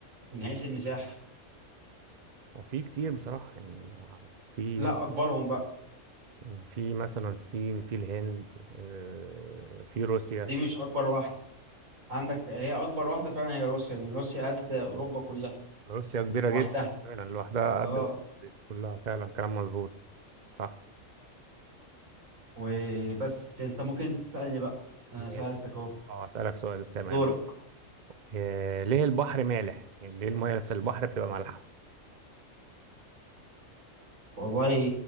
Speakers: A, on the right (about 90°); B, on the right (about 40°).
A: من حيث المساحة
B: وفي كتير بصراحة يعني في
A: لا اكبرهم بقى
B: يعني في مثلا الصين في الهند آه، في روسيا
A: دي مش اكبر واحدة عندك هي اكبر واحدة فعلا هي روسيا لان روسيا قد اوروبا كلها
B: روسيا كبيرة
A: لوحدها
B: جدا فعلا لوحدها قد
A: اه
B: أوروبا كلها فعلا كلام مظبوط صح
A: وبس انت ممكن انت تسألني بقى انا
B: مية.
A: سألتك اهو
B: اه أسألك سؤال تمام
A: دورك
B: آه، ليه البحر مالح؟ يعني ليه المياه في البحر بتبقى مالحة؟
A: والله